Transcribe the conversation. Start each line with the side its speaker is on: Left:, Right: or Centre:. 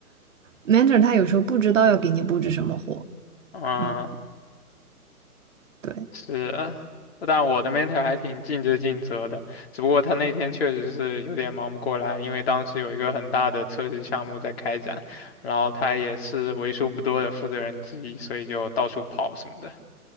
Right: mentor 他有时候不知道要给你布置什么活，
Left: 嗯，
Right: 嗯，对，
Left: 是，呃但我的 mentor 还挺尽职尽责的，只不过他那天确实是有点忙不过来，因为当时有一个很大的测试项目在开展，然后他也是为数不多的负责人之一，所以就到处跑什么的。